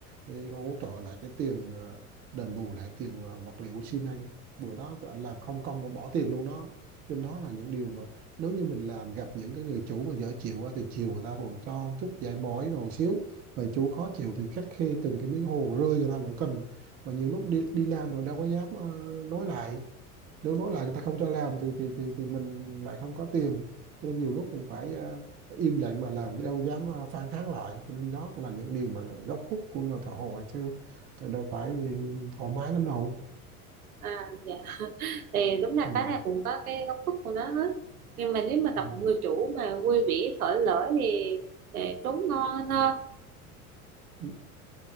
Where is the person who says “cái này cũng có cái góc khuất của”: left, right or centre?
Right